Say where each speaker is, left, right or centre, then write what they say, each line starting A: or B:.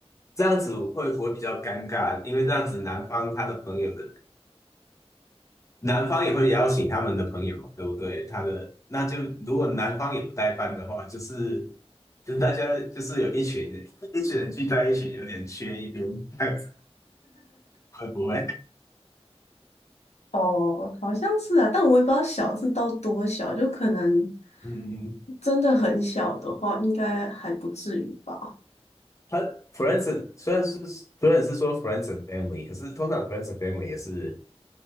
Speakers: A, on the left; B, on the left.
A: 这样子会不会比较尴尬？因为这样子男方他的朋友的，男方也会邀请他们的朋友嘛，对不对？他的那就如果男方有代办的话，就是就是大家就是有一群人一群人聚在一起，有点缺一边，这样子会不会？
B: 哦，好像是啊，但我也不知道小是到多小，就可能
A: 嗯，嗯
B: 真的很小的话，应该还不至于吧。
A: 他 friends and- 虽然是虽然是说 friends and family，可是通常 friends and family 也是